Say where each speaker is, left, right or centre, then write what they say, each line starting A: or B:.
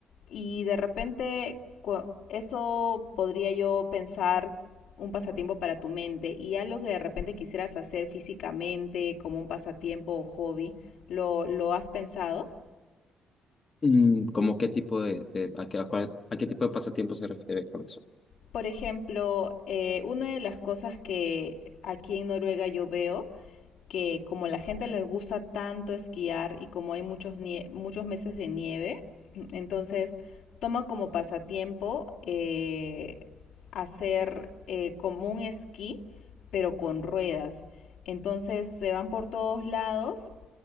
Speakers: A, on the left; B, on the left.
A: Y de repente eso podría yo pensar un pasatiempo para tu mente y algo que de repente quisieras hacer físicamente como un pasatiempo o hobby, ¿lo, lo has pensado?
B: Mm, ¿Cómo qué tipo de, de- a qué, a cuál- a qué tipo de pasatiempo se refiere con eso?
A: Por ejemplo, eh, una de las cosas que aquí en Noruega yo veo, que como la gente les gusta tanto esquiar y como hay muchos, nie- muchos meses de nieve, entonces toman como pasatiempo eh, hacer eh, como un esquí, pero con ruedas. Entonces se van por todos lados